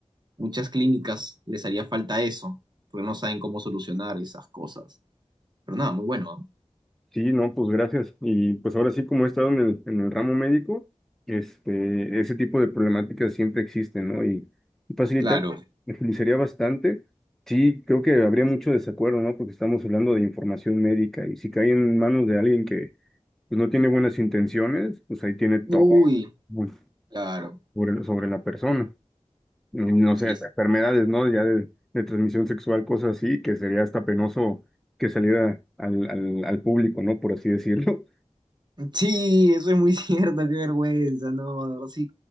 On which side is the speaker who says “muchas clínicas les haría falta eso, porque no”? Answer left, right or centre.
Right